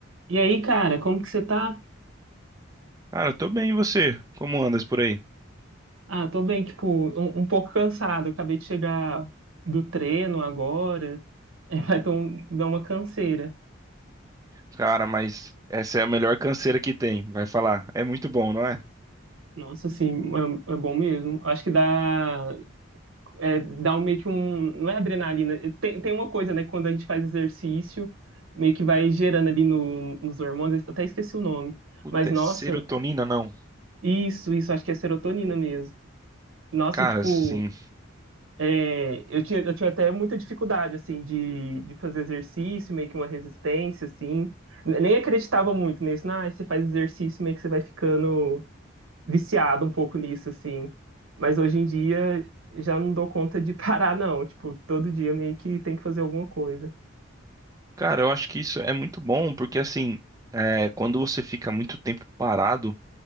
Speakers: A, on the right; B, on the right.
A: E aí, cara, como que você tá?
B: Cara, eu tô bem, e você? Como andas por aí?
A: Ah, tô bem, tipo, um, um pouco cansado. Acabei de chegar do treino agora. <laughs> É, vai dar um- dar uma canseira.
B: Cara, mas essa é a melhor canseira que tem, vai falar. É muito bom, não é?
A: Nossa, assim, é, é bom mesmo. Acho que dá, é, dá um, meio que um. Não é adrenalina. é, Tem, tem uma coisa, né? Quando a gente faz exercício, meio que vai gerando ali no, nos hormônios. Eu até esqueci o nome.
B: Puta,
A: Mas, nossa,
B: é serotonina, não?
A: isso, isso, acho que é serotonina mesmo. Nossa,
B: Cara,
A: e tipo.
B: sim.
A: É, eu tinha, eu tinha até muita dificuldade, assim, de, de fazer exercício, meio que uma resistência, assim. N- Nem acreditava muito nisso. Ah, você faz exercício, meio que você vai ficando viciado um pouco nisso, assim. Mas hoje em dia, já não dou conta de <laughs> parar, não. Tipo, todo dia meio que tem que fazer alguma coisa.
B: Cara, eu acho que isso é muito bom, porque assim, é, quando você fica muito tempo parado,